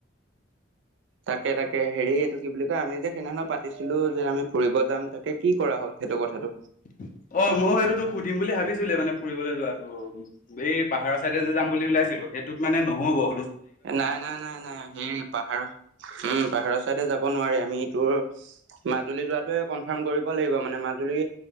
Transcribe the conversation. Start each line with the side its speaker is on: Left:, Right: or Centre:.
Right: তাকে তাকে হেৰি এইটো কি বুলি আমি যে সেইদিনাে পাতিছিলোঁ যে আমি ফুৰিব যাম তাকে কি কৰা হ'ল সেইটো কথাটো।
Left: <inaudible> অ ময়ো সেইটোতো সুধিম বুলি ভাবিছিলে মানে ফুৰিবলৈ যোৱাতটো এই পাহাৰৰ চাইডে যে যাম বুলি ওলাইছিলোঁ। সেইটোত মানে নহ'বহ।
Right: নাই নাই নাই নাই হে পাহাৰৰ উম পাহাৰৰ চাইডে যাব নোৱাৰি। আমি তোৰ মাজুলী যোৱাাতোৱে কনফাৰ্ম কৰিব লাগিব মানে মাজুলী